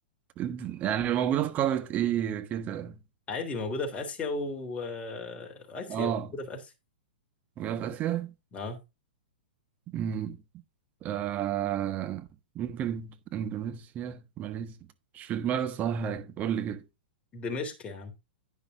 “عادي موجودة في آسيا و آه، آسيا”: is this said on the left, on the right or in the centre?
Left